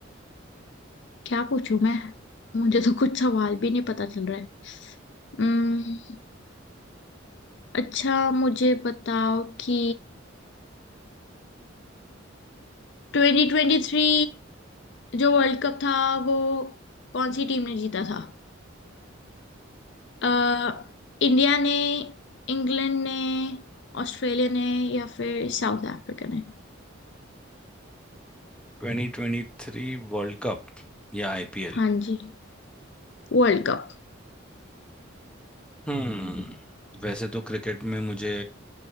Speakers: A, on the left (about 60°); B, in the centre.
A: क्या पूछूं मैं मुझे तो कुछ सवाल भी नहीं पता चल रहा है हम्म अच्छा मुझे बताओ कि 2023 जो वर्ल्ड कप था वो कौन सी टीम ने जीता था अ, इंडिया ने इंग्लैंड ने ऑस्ट्रेलिया ने या फिर साउथ अफ्रीका ने
B: 2023 world cup या आईपीएल
A: हाँ जी वर्ल्ड कप
B: हम्म वैसे तो क्रिकेट में मुझे